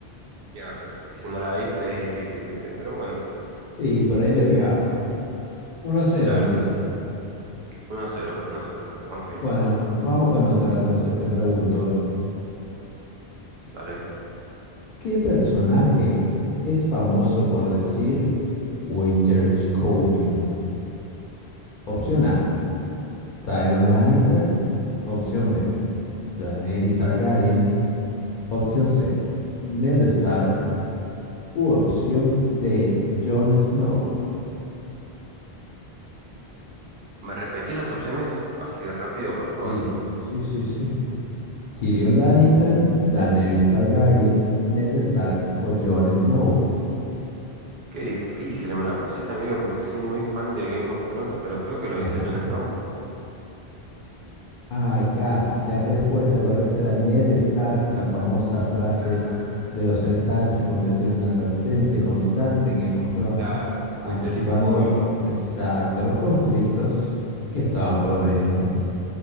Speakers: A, on the right; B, on the left.
A: ¿Qué va a hacer? Y si no la viste es difícil, ¿viste? Pero bueno,
B: Y por ahí le pegaba. uno a cero
A: claro.
B: entonces.
A: uno a 0, 1 a 0. Vamos bien,
B: Bueno, vamos con otra entonces, te pregunto.
A: ¿vale?
B: ¿Qué personaje es famoso por decir Winter is coming? Opción A, Tyrion Lannister. Opción B, Daenerys Targaryen. Opción C, Ned Stark. U opción D, Jon Snow.
A: ¿Me repetís las opciones? Así de rápido, por favor.
B: Sí, sí, sí, sí. Tyrion Lannister, Daenerys Targaryen, Ned Stark o Jon Snow.
A: Qué difícil me la pusiste, amigo, porque soy muy fan de Game of Thrones, pero creo que lo
B: Ajá.
A: hizo Jon Snow.
B: Ay, casi. La respuesta correcta era Ned Stark. La famosa frase
A: Ah,
B: de los Stark se convirtió en una advertencia constante en Game of Thrones,
A: claro.
B: anticipando
A: Winter is coming.
B: exacto los conflictos que estaban por venir, ¿no?